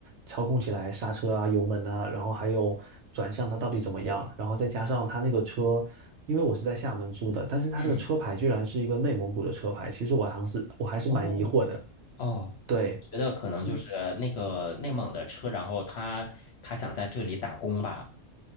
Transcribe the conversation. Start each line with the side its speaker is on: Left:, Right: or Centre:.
Right: 操控起来刹车啊、油门啊，然后还有转向它到底怎么样，然后再加上它那个车，因为我是在厦门租的，但是它那个车牌居然是一个内蒙古的车牌，
Left: 嗯，
Right: 其实我还是我还是蛮疑惑的，
Left: 哦哦。
Right: 对。
Left: 觉得可能就是那个内蒙的车，
Right: 嗯。
Left: 然后他他想在这里打工吧。